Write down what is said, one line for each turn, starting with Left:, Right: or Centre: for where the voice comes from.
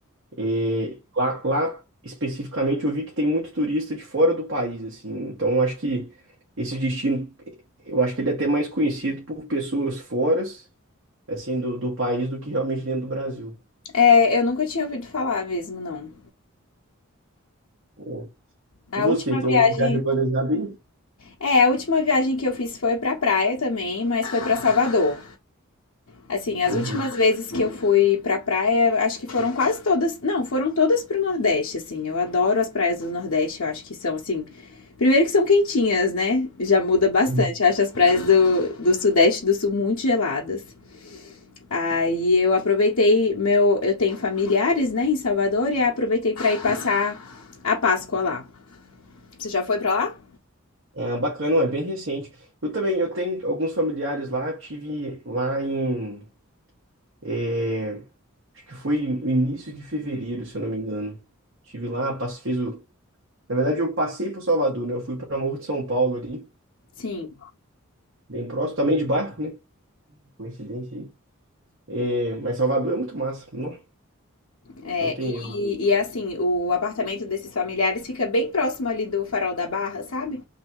Right: E lá, lá especificamente eu vi que tem muito turista de fora do país, assim. Então eu acho que esse destino, eu acho que ele é até mais conhecido por pessoas fora, assim, do, do país do que realmente dentro do Brasil.
Left: É, eu nunca tinha ouvido falar mesmo, não.
Right: É.
Left: A
Right: E você,
Left: última
Right: tem
Left: viagem,
Right: alguma viagem planejada aí?
Left: é, a última viagem que eu fiz foi pra praia também, mas foi pra Salvador. Assim, as
Right: Uhum.
Left: últimas vezes que eu fui pra praia, acho que foram quase todas. Não, foram todas pro Nordeste, assim. Eu adoro as praias do Nordeste, eu acho que são, assim. Primeiro que são quentinhas, né? Já muda bastante.
Right: Uhum.
Left: Eu acho as praias do, do Sudeste e do Sul muito geladas. Aí eu aproveitei meu. Eu tenho familiares, né, em Salvador, e aí aproveitei pra ir passar a Páscoa lá. Você já foi pra lá?
Right: Ah, bacana, é bem recente. Eu também, eu tenho alguns familiares lá, eu tive lá em, é, acho que foi no início de fevereiro, se eu não me engano. Tive lá, passe- fez o Na verdade, eu passei por Salvador, né? Eu fui para Morro de São Paulo ali,
Left: Sim.
Right: bem próximo, também de barco, né? Coincidência aí. É, mas Salvador é muito massa, não,
Left: É,
Right: não tem
Left: e,
Right: erro.
Left: e assim, o apartamento desses familiares fica bem próximo ali do Farol da Barra, sabe?